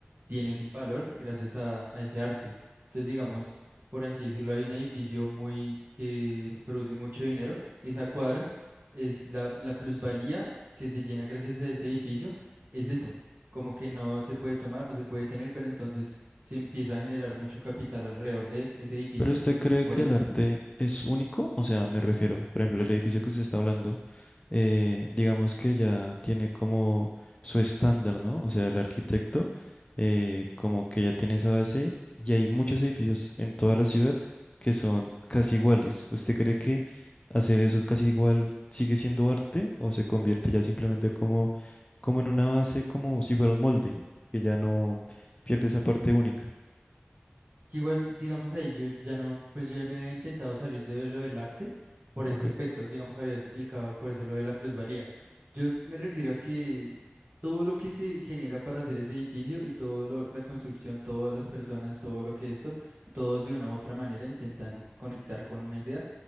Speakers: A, on the right; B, on the left.
A: tienen valor gracias a, a ese arte. Entonces, digamos, por así decirlo, hay un edificio muy que produce mucho dinero. Esa cuadra es la, la plusvalía que se llena gracias a ese edificio. Es eso, como que no se puede tomar, no se puede tener, pero entonces se empieza a generar mucho capital alrededor de ese edificio
B: ¿Pero usted cree
A: por
B: que
A: el
B: el arte es único? O sea, me refiero, por ejemplo, el edificio que usted está hablando, eh, digamos que ya tiene como su estándar, ¿no? O sea, el arquitecto, eh, como que ya tiene esa base y hay muchos edificios en toda la ciudad que son casi iguales. ¿Usted cree que hacer eso casi igual sigue siendo arte o se convierte ya simplemente como, como en una base, como si fuera un molde, que ya no pierde esa parte única?
A: Igual, digamos ahí, yo ya no, pues yo me había intentado salir de lo del arte por
B: Ok.
A: ese aspecto, digamos, había explicado por eso lo de la plusvalía. Yo me refiero a que todo lo que se genera para hacer ese edificio y todo lo, la construcción, todas las personas, todo lo que esto, todos de una u otra manera intentan conectar con una idea